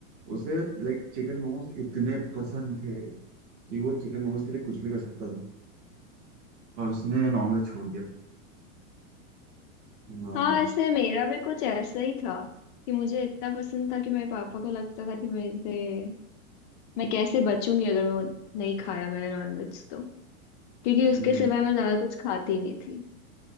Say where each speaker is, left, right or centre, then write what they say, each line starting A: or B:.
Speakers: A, on the right; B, on the left.
A: उसे लाइक चिकन मोमोज इतने पसंद थे कि वो चिकन मोमोज के लिए कुछ भी कर सकता था और उसने नॉनवेज छोड़ दिया वाह।
B: हाँ ऐसे मेरा भी कुछ ऐसा ही था कि मुझे इतना पसंद था कि मेरे पापा को लगता था कि मेरे मैं कैसे बचूंगी अगर मैं वो नहीं खाया मैंने नॉनवेज तो क्योंकि उसके
A: हम्म
B: सिवाय मैं ज्यादा कुछ खाती ही नहीं थी